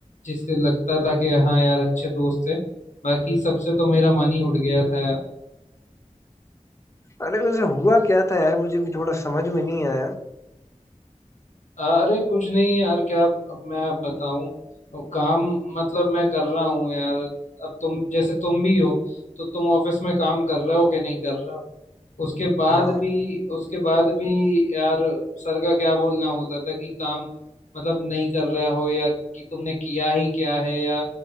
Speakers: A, on the left (about 70°); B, on the left (about 20°).
A: जिसके लगता था कि हाँ यार अच्छे दोस्त थे बाकी सबसे तो मेरा मन ही उठ गया था
B: अरे वैसे हुआ क्या था यार मुझे भी थोड़ा समझ में नहीं आया
A: अरे कुछ नहीं यार क्या अब मैं अब बताऊं अब काम मतलब मैं कर रहा हूँ यार अब तुम जैसे तुम भी हो तो तुम ऑफिस में काम कर रहे हो कि नहीं कर रहे हो उसके बाद
B: हाँ
A: भी उसके बाद भी यार सर का क्या बोलना होता था कि काम मतलब नहीं कर रहे हो या कि तुमने किया ही क्या है या